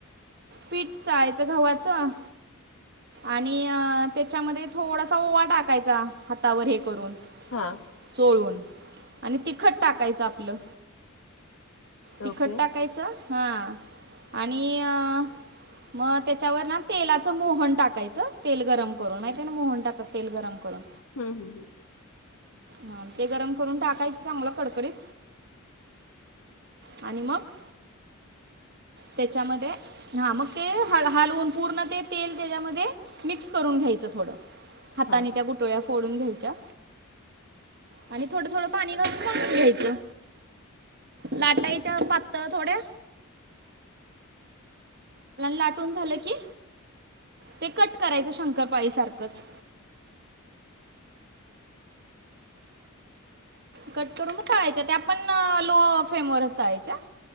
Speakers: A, on the right; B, on the left.
A: पीठ चाळायचं गव्हाचं आणि त्याच्यामध्ये थोडासा ओवा टाकायचा. हातावर हे करून
B: हा
A: चोळून आणि तिखट टाकायचं आपलं. तिखट
B: ओके
A: टाकायचं हां आणि अं... मं त्याच्यावर ना तेलाचं मोहन टाकायचं तेल गरम करून, माहितेय आहे ना मोहन टाकतात तेल गरम करून?
B: हं हं हं
A: हा ते गरम करून टाकायचं चांगलं कडकडीत आणि मग त्याच्यामध्ये हा मग ते हल हलवून पूर्ण ते तेल त्याच्यामध्ये मिक्स करून घ्यायचं. थोड हातानी
B: हा
A: त्या गुठळ्या फोडून घ्यायच्या. आणि थोडं थोडं पाणी घालुन, मळुन घ्यायचं लाटायच्या
B: ओके.
A: पातळ थोड्या लाटून झालं की, ते कट करायचं शंकरपाळीसारखंच कट करून तळायच्या त्या पण लो फेम वरच तळायच्या